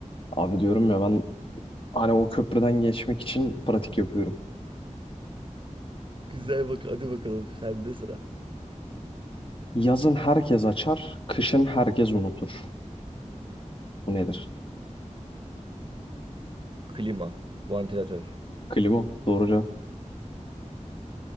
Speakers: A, on the left; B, on the right.
A: Abi diyorum ya ben hani o köprüden geçmek için pratik yapıyorum.
B: Güzel bak hadi bakalım sende sıra.
A: Yazın herkes açar, kışın herkes unutur. Bu nedir?
B: Klima, vantilatör.
A: Klima. Doğru cevap.